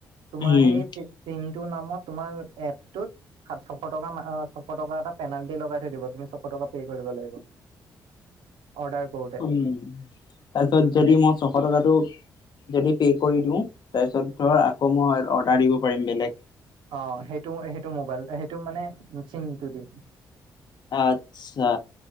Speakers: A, on the right; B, on the left.
A: তোমাৰ
B: উম
A: সেই চিমটো নামত তোমাৰ এপটোত সাত ছশ টকা ছশ টকা এটা পেনালটি লগাই থৈ দিব তুমি ছশ টকা পে' কৰিব লাগিব অৰ্ডাৰ কৰোতে
B: উম তাৰপিছত যদি
A: সেই
B: মই ছ শ টকাটো যদি পে' কৰি দিওঁ তাৰপিছত ধৰ আকৌ মই অৰ্ডাৰ দিব পাৰিম বেলেগ
A: অ সেইটো সেইটো মোবাইলতে সেইটো মানে চিমটো দি
B: আচ্ছা